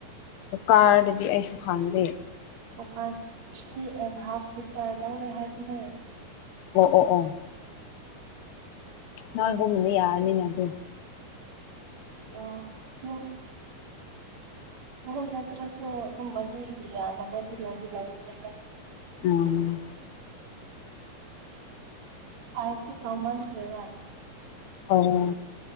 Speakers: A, on the left; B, on the right.
A: ꯍꯨꯛꯀꯥꯔꯗꯗꯤ ꯑꯩꯁꯨ ꯄꯥꯟꯗꯦ
B: cooker three and half litre ꯂꯩꯌꯦ ꯍꯥꯏꯕꯅꯦ
A: ꯑꯣ ꯑꯣ ꯑꯣ ꯅꯣꯏ ꯍꯣꯡꯅꯤ ꯌꯥꯔꯅꯤꯅ ꯑꯗꯨ
B: ꯑꯣ ꯍ ꯑꯣꯅꯠꯇ꯭ꯔꯁꯨ ꯑꯗꯨ ꯃꯅꯤꯒꯤ ꯌꯥꯅꯕ ꯂꯧꯗꯤ ꯂꯧꯅꯤꯗ
A: ꯎꯝ
B: ꯑꯥꯏꯇꯤ ꯇꯥꯡ ꯃꯟ ꯈꯔ꯭ꯦꯕꯥ
A: ꯑꯧ